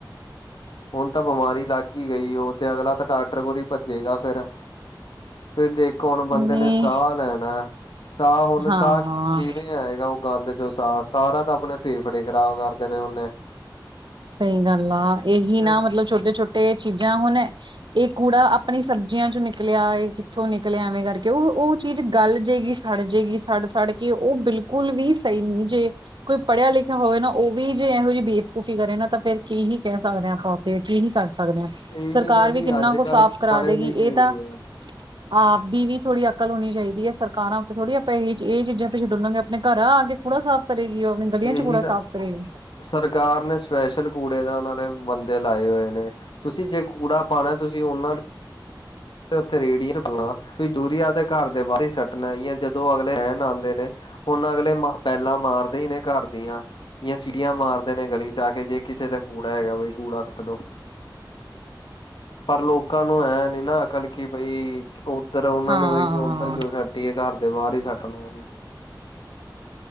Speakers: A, on the left; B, on the right.
A: ਹੁਨ ਤਾਂ ਬਿਮਾਰੀ ਲੱਗ ਈ ਗਈ ਉਹ ਤੇ ਅਗਲਾ ਤਾਂ ਡਾਕਟਰ ਕੋਲ ਹੀ ਭੱਜੇਗਾ ਫਿਰ ਤੁਸੀਂ ਦੇਖੋ ਹੁਨ ਬੰਦੇ
B: ਨਹੀਂ
A: ਨੇ ਸਾਹ ਲੈਣਾ ਸਾਹ ਹੁਨ
B: ਹਾਂ
A: ਸਾਹ ਕਿਵੇਂ ਆਏਗਾ ਉਹ ਗੰਦ ਚ ਸਾਹ ਸਾਰਾ ਤਾਂ ਆਪਨੇ ਫੇਫੜੇ ਖ਼ਰਾਬ ਕਰਦੇ ਨੇ ਉਹਨੇ
B: ਸਹੀ ਗੱਲ ਆ ਇਹੀ
A: ਤੇ
B: ਨਾ ਮਤਲਬ ਛੋਟੇ ਛੋਟੇ ਚੀਜ਼ਾਂ ਹੁਨ ਇਹ ਕੂੜਾ ਆਪਨੀ ਸਬਜ਼ੀਆਂ ਚੋਂ ਨਿਕਲਿਆ ਇਹ ਕਿੱਥੋਂ ਨਿਕਲਿਆ ਐਵੇਂ ਕਰਕੇ ਉਹ ਉਹ ਚੀਜ਼ ਗਲਜੇਗੀ, ਸੜ ਜਏਗੀ ਸੜ-ਸੜ ਕੇ ਉਹ ਬਿਲਕੁਲ ਵੀ ਸਹੀ ਨੀ ਜੇ ਕੋਈ ਪੜ੍ਹਿਆ ਲਿਖਿਆ ਹੋਵੇ ਨਾ ਉਹ ਵੀ ਜੇ ਇਹੋ ਜਹੀ ਬੇਵਕੂਫੀ ਕਰੇ ਨਾ ਤਾਂ ਫੇਰ ਕੀ ਹੀ ਕਹਿ ਸਕਦੇ ਹਾਂ ਆਪਾਂ ਉੱਥੇ ਕੀ ਹੀ ਕਰ ਸਕਦੇ ਸਕਦੇ ਹਾਂ
A: ਇਹੀ
B: ਸਰਕਾਰ
A: ਨਾ
B: ਵੀ
A: ਜੀ
B: ਕਿੰਨਾ
A: ਅੱਜ
B: ਕੁ
A: ਕੱਲ੍ਹ
B: ਸਾਫ਼ ਕਰਾ
A: ਪੜ੍ਹੇ
B: ਦੇਗੀ
A: ਲਿਖੇ
B: ਇਹ ਤਾਂ
A: ਵੀ ਆ
B: ਆਪ ਦੀ ਵੀ ਥੋੜੀ ਅਕਲ ਹੋਨੀ ਚਾਹੀਦੀ ਹੈ ਸਰਕਾਰਾਂ ਉੱਤੇ ਥੋੜੀ ਆਪਾਂ ਇਹ ਇਹ ਚੀਜ਼ਾਂ ਪਿਛੇ ਡੁਲਾਂਗੇ ਆਪਨੇ ਘਰ ਆ ਕੇ ਕੂੜਾ ਸਾਫ਼ ਕਰੇਗੀ ਉਹ ਅਪਨੀ ਗਲੀਆਂ
A: ਇਹੀ
B: ਚ ਕੂੜਾ
A: ਤਾਂ
B: ਸਾਫ਼ ਕਰੇਗੀ
A: ਸਰਕਾਰ ਨੇ ਸਪੈਸ਼ਲ ਕੂੜੇ ਦਾਨੇ ਨੇ ਬੰਦੇ ਲਾਏ ਹੋਏ ਨੇ ਤੁਸੀ ਤੁਸੀਂ ਜੇ ਕੂੜਾ ਪਾਣਾ ਤੁਸੀਂ ਉਹਨਾਂ ਦੇ ਉੱਥੇ ਰੇੜੀਏ 'ਚ ਬਲਾ ਤੂਸੀ ਜਰੂਰੀ ਆਬਦੇ ਘਰ ਦੇ ਬਾਅਰੀ ਸਟਣਾ ਯਾ ਜਦੋਂ ਅਗਲੇ ਲੈਣ ਆਂਦੇ ਨੇ ਹੁਣ ਅਗਲੇ ਮ ਬੈਲਾਂ ਮਾਰਦੇ ਈ ਨੇ ਘਰ ਦੀਆਂ। ਯਾ ਸਿਟੀਆਂ ਮਾਰਦੇ ਨੇ ਗਲੀ ਚ ਆ ਕੇ ਜੇ ਕਿਸੇ ਦੇ ਕੂੜਾ ਐਗਾ ਬਈ ਕੂੜਾ ਸਿੱਟ ਦੋ, ਪਰ ਲੋਕਾਂ ਨੂੰ ਐਂ ਨੀ ਨਾ ਕਲ ਕੀ ਬਈ ਓਧੱਰ ਉਨਾਂ
B: ਹਾਂ
A: ਨੂੰ ਐ ਕੀ ਉੱਧਰ ਕਿਉਂ ਸੱਟੀਏ ਘਰ ਦੇ ਬਾਅਰ ਈ ਸੱਟਲੋ।